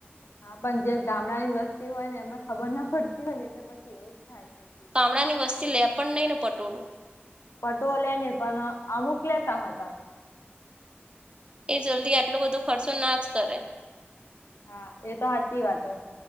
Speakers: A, on the left (about 85°); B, on the right (about 25°).
A: હા પણ જે ગામડા ની વસ્તી હોય ને એમને ખબર ના પડતી હોય ને એટલે પછી એવું જ થાય પછી.
B: ગામડા ની વસ્તી લે પણ નઈ ને પટોળું.
A: પટો લેને પણ અમુક લેતા હોય પાછા.
B: એ જલ્દી આટલો બધો ખર્ચો ના જ કરે.
A: હા એ તો સાચી વાતો.